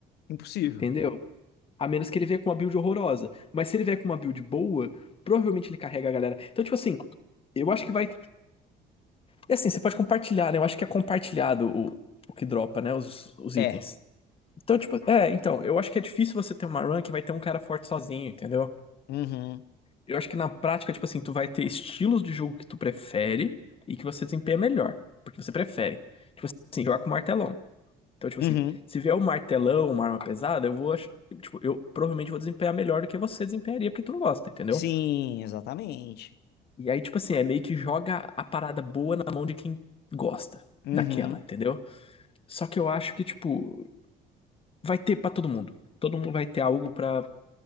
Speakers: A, on the left; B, on the left.
A: impossível.
B: Entendeu? A menos que ele venha com uma build horrorosa. Mas se ele vier com uma build boa, provavelmente ele carrega a galera. Então, tipo assim, eu acho que vai. E assim, você pode compartilhar, né? Eu acho que é compartilhado o, o que dropa, né? Os, os
A: É.
B: itens. Então, tipo, é, então, eu acho que é difícil você ter uma run que vai ter um cara forte sozinho, entendeu?
A: Uhum.
B: Eu acho que na prática, tipo assim, tu vai ter estilos de jogo que tu prefere e que você desempenha melhor, porque você prefere. Tipo assim, jogar com martelão. Então, tipo
A: Uhum.
B: assim, se vier um martelão, uma arma pesada, eu vou achar. Tipo, eu provavelmente vou desempenhar melhor do que você desempenharia, porque tu não gosta, entendeu?
A: Sim, exatamente.
B: E aí, tipo assim, é meio que joga a parada boa na mão de quem gosta
A: Uhum.
B: daquela, entendeu? Só que eu acho que, tipo, vai ter pra todo mundo. Todo mundo vai ter algo pra